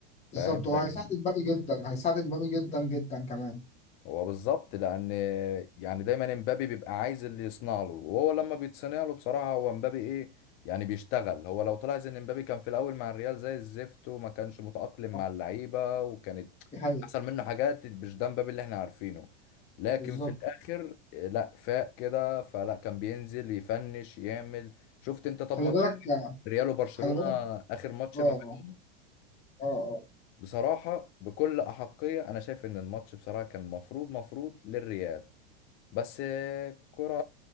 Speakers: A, on the left (about 35°); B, on the left (about 20°).
A: فاهم
B: بالظبط هو
A: لكن
B: هيساعد مبابي جدا هيساعد مبابي جدا جدا كمان
A: هو بالظبط لان يعني دايما امبابي بيبقى عايز اللي يصنع له وهو لما بيتصنع له بصراحه هو امبابي ايه يعني بيشتغل هو لو طلع زي ان امبابي كان في الاول مع الريال زي الزفت وما كانش متاقلم مع
B: آه،
A: اللعيبه وكانت
B: دي حقيقة
A: حصل منه حاجات مش ده امبابي اللي احنا عارفينه لكن
B: بالظبط
A: في الاخر لا فاق كده فلا كان بينزل يفنش يعمل شفت انت طب
B: خلي
A: ماتش
B: بالك
A: ريال وبرشلونه
B: خلي بالك
A: اخر ماتش
B: اه
A: ما بين-
B: اه اه
A: بصراحه بكل احقيه انا شايف ان الماتش بصراحه كان مفروض مفروض للريال بس كرة